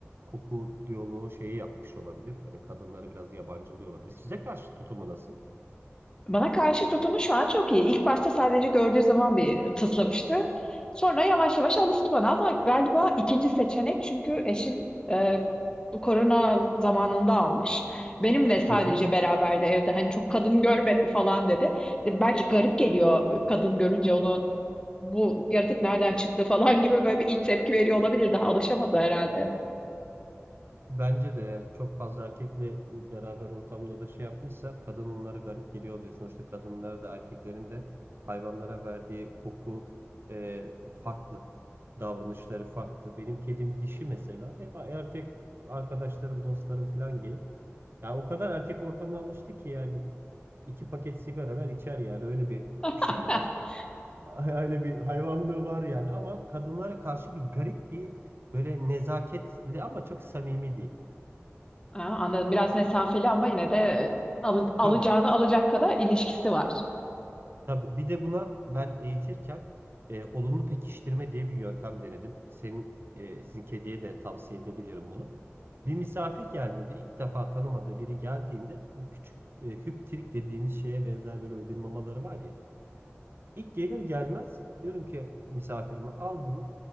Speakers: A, on the right (about 55°); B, on the left (about 20°).
A: koku diyaloğu şeyi yapmış olabilir. Hani kadınları biraz yabancılıyor olabilir. Size karşı tutumu nasıl?
B: Bana karşı tutumu şu an çok iyi. İlk başta sadece gördüğü zaman bir tıslamıştı. Sonra yavaş yavaş alıştı bana ama galiba ikinci seçenek çünkü eşim e, bu korona zamanında almış. Benimle sadece
A: Hı hı.
B: beraberdi evde hani çok kadın görmedi falan dedi. E, Belki garip geliyor kadın görünce onu bu yaratık nereden çıktı falan gibi böyle bir ilk tepki veriyor olabilir. Daha alışamadı herhalde.
A: Bence de eğer çok fazla erkekle e, beraber ortamda da şey yapmışsa kadın onlara garip geliyor oluyor. Sonuçta kadınlar da erkeklerin de hayvanlara verdiği koku e, farklı. Davranışları farklı. Benim kedim dişi mesela. Hep erkek arkadaşlarım, dostlarım falan gelir. Ya o kadar erkek ortamına alıştı ki yani iki paket sigara ver içer yani öyle bir
B: <laughs>
A: şeyi var. <laughs> Öyle bir hayvanlığı var yani ama kadınlara karşı bir garip bir Böyle nezaketli ama çok samimi değil.
B: Aa, anladım. Biraz mesafeli ama yine de e, alı- alacağını
A: Tabii,
B: alacak kadar ilişkisi var.
A: tabii. Bir de buna ben eğitirken e, olumlu pekiştirme diye bir yöntem denedim. Senin, e, sizin kediye de tavsiye edebilirim bunu. Bir misafir geldiğinde, ilk defa tanımadığı biri geldiğinde bu küçük e, hüptirik dediğimiz şeye benzer böyle ödül mamaları var ya. İlk gelir gelmez diyorum ki misafirime al bunu